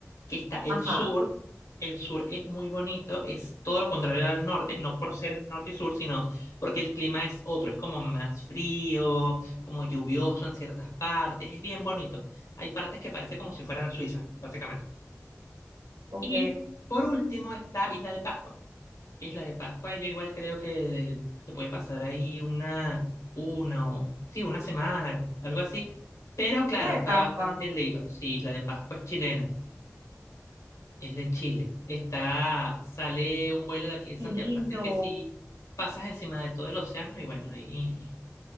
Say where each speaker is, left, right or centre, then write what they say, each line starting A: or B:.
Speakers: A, on the left (about 75°); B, on the right (about 75°).
A: Que está el
B: Ajá.
A: sur. El sur es muy bonito, es todo lo contrario al norte, no por ser norte y sur, sino porque el clima es otro, es como más frío, como lluvioso en ciertas partes, es bien bonito. Hay partes que parece como si fueran Suiza, básicamente.
B: Ok.
A: Y por último está Isla de Pascua. Isla de Pascua, yo igual creo que se puede pasar ahí una, una o, sí, una semana, algo así. Pero claro,
B: Hija
A: está
B: de Pascua.
A: bastante lejos. Sí, Isla de Pascua es chilena, es de Chile. Está, sale un
B: Mm,
A: vuelo de aquí de Santiago.
B: Qué lindo.
A: Pasa que si pasas encima de todo el océano, y bueno, ahí